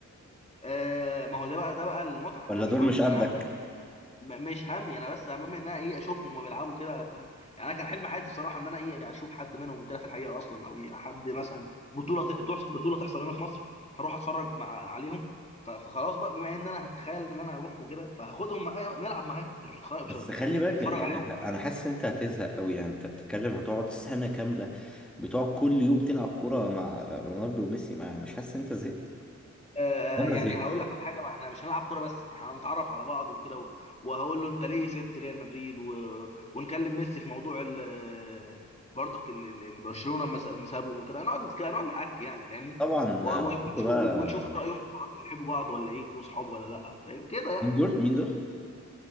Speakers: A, on the left; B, in the centre.
A: آه ما هو ده بقى ده بقى المتعه
B: ولا
A: انا مش
B: دول
A: مهم
B: مش قدك
A: انا م- مش همي انا بس همي ان انا ايه اشوفهم وبيلعبوا كده فاهم يعني انا كان حلم حياتي بصراحه ان انا ايه اشوف حد منهم وكده في الحقيقه اصلا او إيه حد مثلا بطوله ت- تحص- بطوله تحصل هنا في مصر فاروح اتفرج مع عليهم ف- فخلاص بقى بما ان انا هتخيل ان انا هروح وكده فهاخدهم معايا بقى نلعب معاهم يعني مش هتخيل
B: بس
A: مش ه- مش
B: خلي
A: ه- مش
B: بالك
A: هتفرج
B: يعني
A: عليهم
B: انا حاسس ان انت هتزهق قوي يعني انت بتتكلم هتقعد سنة كاملة بتقعد كل يوم تلعب كورة مع رونالدو وميسي ما مش حاسس ان انت زهقت
A: آه،
B: ولا
A: يعني
B: زهقت
A: هقول لك على حاجه ما احنا مش هنلعب كوره بس احنا هنتعرف على بعض وكده و- وهقول له انت ليه سبت ريال مدريد و... ونكلم ميسي في موضوع ال... برضك ال... ال- ال- برشلونه لما س- لما سابهم وكده نقعد نتك- نقعد نحكي يعني فاهمني
B: طبعا
A: و- و-
B: عندكم
A: ونشوف
B: بقى
A: ونشوف رايهم في بعض بيحبوا بعض ولا ايه وصحاب ولا لا فاهم كده يعني
B: مين دول مين دول